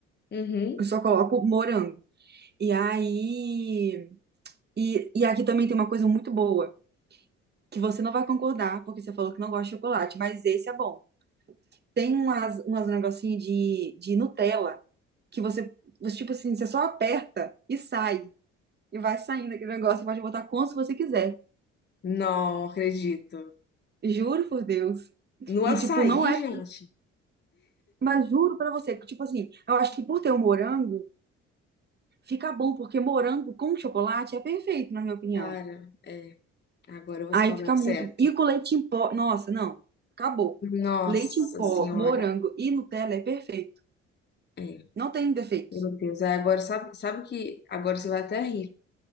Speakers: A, on the left; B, on the right.
A: Uhum.
B: Eu só coloco morango. E aí. E, e aqui também tem uma coisa muito boa, que você não vai concordar, porque você falou que não gosta de chocolate, mas esse é bom. Tem umas, umas negocinhos de, de Nutella que você, você, tipo assim, você só aperta e sai. e vai saindo aquele negócio. Você pode botar quantos você quiser.
A: Não acredito.
B: Juro por Deus.
A: No
B: E,
A: açaí,
B: tipo, não é.
A: gente.
B: Mas juro pra você, que, tipo assim, eu acho que por ter o morango, fica bom, porque morango com chocolate é perfeito, na minha opinião.
A: Cara, é, agora você
B: Aí
A: falou
B: fica muito.
A: certo.
B: E com leite em pó. Nossa, não. Acabou.
A: Nossa
B: Leite em pó,
A: senhora.
B: morango e Nutella é perfeito.
A: é.
B: Não tem defeitos.
A: Meu Deus, aí agora sabe, sabe que agora você vai até rir.